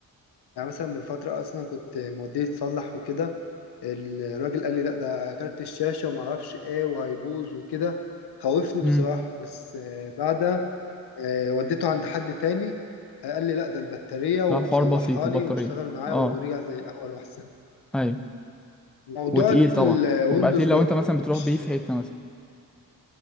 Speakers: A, on the left; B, in the centre.
A: يعني مثلا من فترة أصلا كنت موديه يتصلح وكده الراجل قال لي لأ ده كارت الشاشة وما أعرفش إيه وهيبوظ وكده خوفني
B: امم
A: بصراحة بس آه، بعدها آه، وديته عند حد تاني آه، قال لي لأ ده البطارية وصلحها
B: لا الحوار بسيط البطارية
A: لي واشتغل معايا
B: اه
A: ورجع زي الأول وأحسن
B: ايوه
A: موضوع
B: وتقيل طبعا
A: الويندوز
B: ويبقى تقيل
A: برضه
B: لو انت مثلا بتروح
A: مش
B: بيه في حتة مثلا